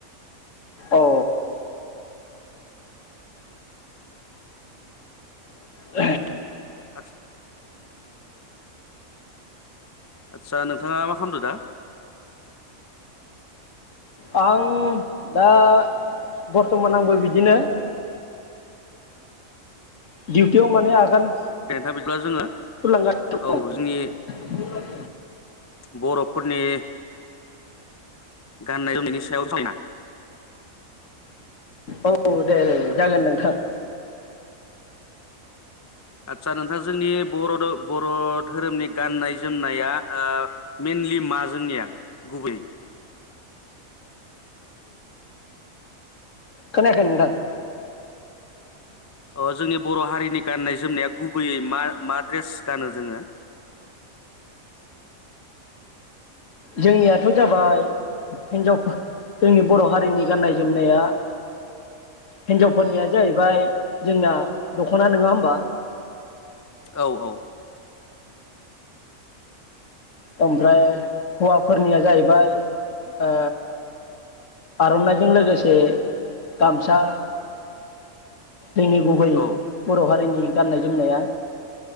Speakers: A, on the left; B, on the left.
A: औ। <inaudible>
B: आथ आदसा नोंथाङा मा खालामदों दा?
A: आं दा बर्थमान आंबो बिदिनो दिडिउटियाव माने आगान
B: दे नोंथां बिदिब्ला जोङो
A: सुरलांगासिनो
B: औ
A: <unintelligible>
B: जोंनि बर'फोरनि गाननाय जोमनायनि सायाव सायना
A: औ दे दे जागोन नोंथां।
B: आदसा नोंथां जोंनि बर' बर' धोरोमनि गाननाय जोमनाया ओ मेइनलि मा जोंनिया गुबैयै?
A: खोनायाखै नोंथां।
B: अ जोंनि बर' हारिनि गाननाय जोमनाया गुबैयै मा मा ड्रेस गानो जोङो?
A: जोंनियाथ' जाबाय हिनजाव जोंनि बर' हारिनि गाननाय जोमनाया हिनजावफोरनिया जाहैबाय जोंना दख'ना नङा होमबा।
B: औ औ।
A: ओमफ्राय हौवाफोरनिया जाहैबाय ओ आर'नाइजों लोगोसे गामसा। जोंनि गुबै
B: औ
A: बर' हारिनि गाननाय जोमनाया।